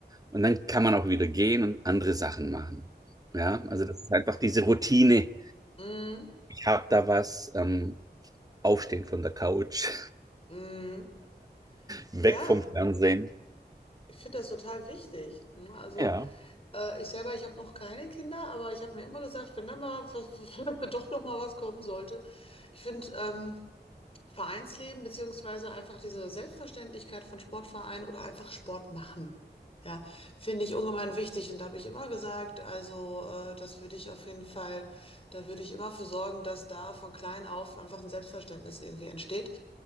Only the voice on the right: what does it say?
Und dann kann man auch wieder gehen und andere Sachen machen. Ja, also das ist einfach diese Routine.
Ich habe da was, ähm, aufstehen von der Couch,
<laughs>
weg vom Fernsehen.
Ja,